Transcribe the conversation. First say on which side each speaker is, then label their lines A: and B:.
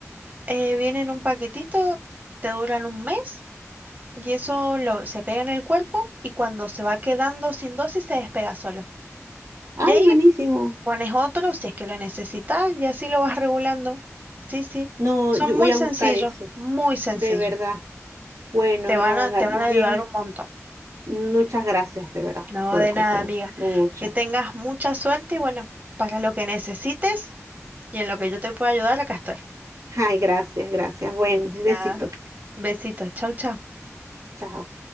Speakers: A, on the right; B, on the right.
A: Eh, vienen en un paquetito, te duran un mes y eso lo, se pega en el cuerpo y cuando se va quedando sin dosis se despega solo.
B: Ay,
A: Y ahí
B: buenísimo.
A: pones otro si es que lo necesitas y así lo vas regulando. Sí, sí.
B: No,
A: Son
B: yo voy
A: muy
B: a
A: sencillos,
B: buscar eso,
A: muy sencillos.
B: de verdad. Bueno,
A: Te
B: no,
A: van a,
B: ga-
A: te van
B: más
A: a
B: bien.
A: ayudar un montón.
B: Muchas gracias, de verdad,
A: No,
B: por
A: de
B: el consejo.
A: nada, amiga.
B: Muchas.
A: Que tengas mucha suerte y bueno, para lo que necesites y en lo que yo te pueda ayudar, acá estoy.
B: Ay, gracias, gracias. Bueno,
A: De
B: un besito.
A: nada. Besitos. Chau, chau.
B: Chao.